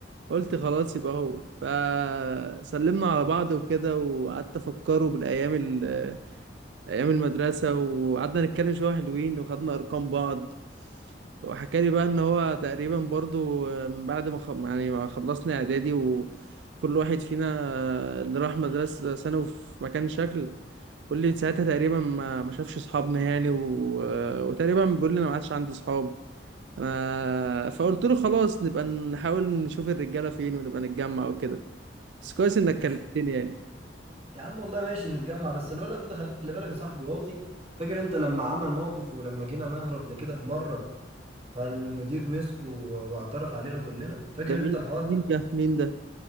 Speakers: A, on the right; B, on the right.
A: قلت خلاص يبقى هو فسلمنا على بعض وكده وقعدت افكره بالايام ال- ايام المدرسه وقعدنا نتكلم شويه حلوين وخدنا ارقام بعض وحكى لي بقى ان هو تقريبا برضو من بعد ما خ... يعني ما خلصنا اعدادي وكل واحد فينا اللي راح مدرسه ثانوي في مكان شكل بيقول لي ساعتها تقريبا ما ما شافش اصحابنا يعني و... وتقريبا بيقول لي انا ما عادش عندي اصحاب آه فقلت له خلاص نبقى نحاول نشوف الرجاله فين ونبقى نتجمع وكده بس كويس انك
B: <laughs>
A: كلمتني
B: بس
A: يعني
B: يا عم والله ماشي نتجمع بس الولد ده خلي بالك يا صاحبي واطي فاكر انت لما عمل موقف ولما جينا نهرب زي كده في مره فالمدير مسكه و- واعترف علينا كلنا فاكر
A: ده
B: انت
A: مين
B: الحوار ده
A: مين ده مين ده